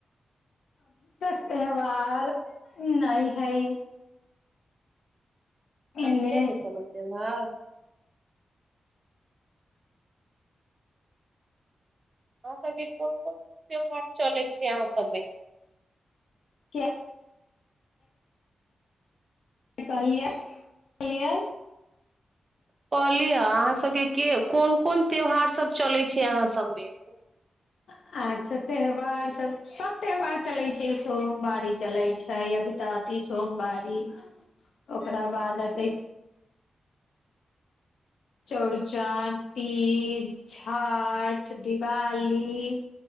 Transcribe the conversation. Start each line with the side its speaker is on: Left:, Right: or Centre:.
Left: त्यहार नई हइ एने
Right: अभी नहि हेतै ने से बात अहाँ सभके कोन कोन त्यौहार चलै छै अहाँ सभमे
Left: किया कहलिय कहलिय
Right: कहली ह अहाँ सबके कोन कोन त्यौहार सभ चलय छै अहाँ सभमे
Left: अच्छा त्यौहार सभ सभ त्यौहार चलै छै सोमवारी चलै छै अभिततीी सोमवारी ओकरा बाद अतै चौड़चन तीज छठि दिवाली